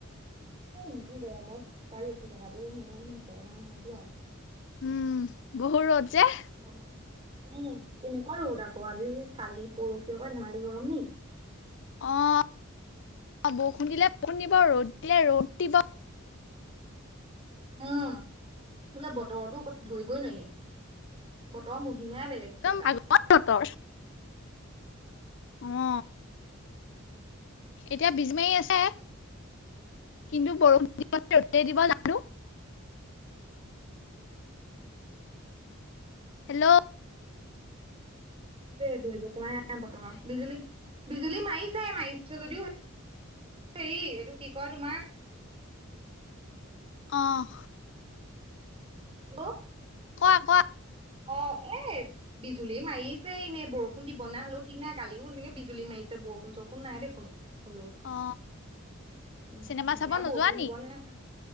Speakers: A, on the right; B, on the left.
A: এ, ইমান গৰমত! তাৰ ৰখি থকাটো মানে মুখৰ কথা নহয়তো আৰু।
B: উম, বহুত ৰ'দ যে।
A: অ উম, কেনেকুৱা ৰ'দ আকৌ। আজি, কালি পৰহি পৰা ধেমালি গৰম নি!
B: অ', বৰষুণ দিলে, বৰষুণ দিব, ৰ'দ দিলে, ৰ'দ দিব।
A: উম, বোলে বতৰতো ধৰিবই নোৱাৰি, বতৰ ম মহিমাই বেলেগ
B: একদম
A: যেনিবা।
B: ভাগৰ বতৰ অ। এতিয়া বীজ মাৰী আছে। কিন্তু বৰষুণ দিবনে ৰ'দে দিব জানোঁ? হেল্ল'!
A: সেইযে, ধৰিব পৰা নাই বৰ্তমান। বিজুলী বিজুলী মাৰিছে, মাৰিছে যদিও হেৰি, এইটো কি কয় তোমাৰ
B: অহ।
A: আগ
B: কোৱা, কোৱা?
A: অ' এই বিজুলী মাৰিছে এনেই বৰষুণ দিব নাই হ'লেও ঠিক নাই, কালিও তেনেকে বিজুলী মাৰি চে বৰষুণ, চৰষুণ নাই দেখোন! হল্লো' উম,
B: অ চিনেমা
A: এতিয়া
B: চাব নোযোৱা
A: বৰষুণ
B: নি
A: দিব নে?